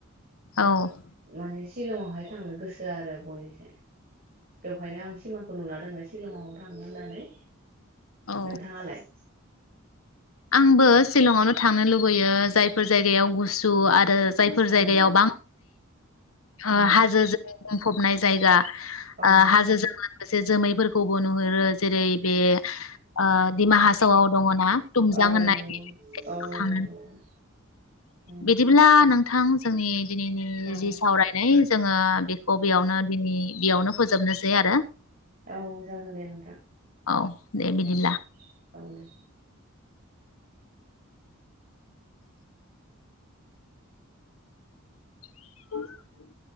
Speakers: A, on the left; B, on the right.
A: औ ।
B: माने शिलंआवहाय थांनो गोसो आरो बयनिस बेवहायनो आं सिमाखौ नुना दोंङो । शिलंआव थांनो होननानै ।
A: औ
B: नोंथांङालाय?
A: आंबो सिलंआवनो था थांनो लुबैयो जायफोर जायगायाव <unintelligible> <unintelligible> <unintelligible> आरो जायफोर
B: औ
A: जायगायाव <unintelligible> ओ
B: उम
A: हाजो जो बुंफबनाय जायगा
B: औ
A: ओ हाजो जोंनो माखासे जोमैफोरखौबो नुहुरो जेरै बे ओ दिमा हासावआव दंङना तुमजां
B: औ
A: होननाय
B: नंगौ औ नंगौ
A: थांङो
B: नोंथां उम
A: बिदिब्ला नोंथां जोंनि दिनैनि
B: औ
A: जि सावरायनाय जोङो बेखौ बेयावनो दिनै बेयावनो फोजोबनोसै आरो
B: औ जागोन दे नोंथां
A: औ
B: दे
A: बिदिब्ला।
B: औ दे
A: <inaudible>